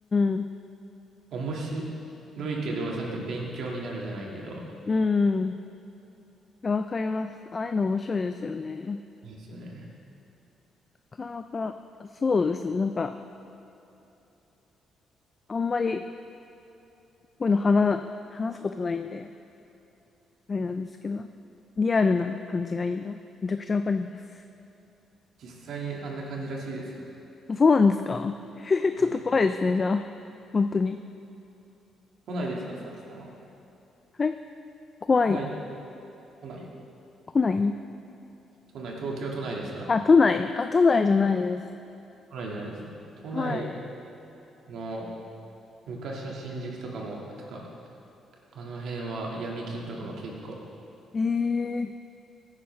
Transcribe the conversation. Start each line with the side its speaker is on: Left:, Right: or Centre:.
Left: ん。
Right: 面白いけど、ちゃんと勉強になるじゃないけど、
Left: うん。いやわかります。ああいうの面白いですよね。な
Right: いいですよね。
Left: かなか、そうですね。なんか、あんまり、こういうの話、話すことないんで。あれなんですけど、リアルな感じがいいな。めちゃくちゃわかります。
Right: 実際にあんな感じらしいですよ。
Left: そうなんですか <laughs> ちょっと怖いですね、
Right: やばい
Left: じゃあ。本当に。
Right: 都内ですか、さきさんは。
Left: はい。怖い。
Right: 都内で、都内。
Left: 来ない
Right: 都内、東京都内ですか。
Left: あ、都内。あ、都内じゃないです。
Right: 都内じゃないですね。都内
Left: はい。
Right: の昔の新宿とかも、とか、あの辺は闇金とかも結構
Left: ええ